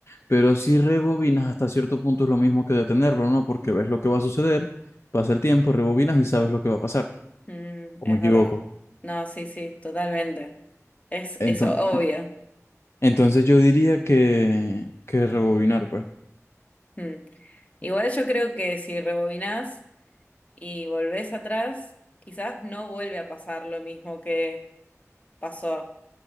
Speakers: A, on the left (about 55°); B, on the left (about 25°).
A: pero si rebobinas hasta cierto punto es lo mismo que detenerlo, ¿no? Porque ves lo que va a suceder, pasa el tiempo, rebobinas y sabes lo que va a pasar,
B: Mm,
A: o
B: es
A: me equivoco.
B: verdad. No, sí, sí, totalmente. Es
A: Entonces,
B: eso, obvio.
A: entonces yo diría que, que rebobinar, pues.
B: Mm. Igual yo creo que si rebobinás y volvés atrás, quizás no vuelve a pasar lo mismo que pasó,